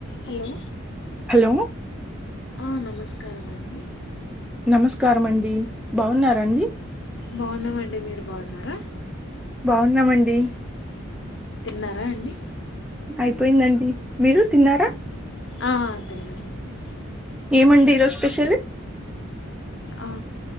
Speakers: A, on the left; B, in the centre.
A: Hello
B: hello
A: ఆ నమస్కారమండి
B: నమస్కారమండి బాగున్నారండి
A: బాగున్నామండి మీరు బాగున్నారా
B: బాగున్నామండి
A: తిన్నారా అండి
B: అయిపోయిందండి మీరు తిన్నారా
A: ఆ తిన్నామండి
B: ఏమండి ఈ రోజు స్పెషల్
A: ఆ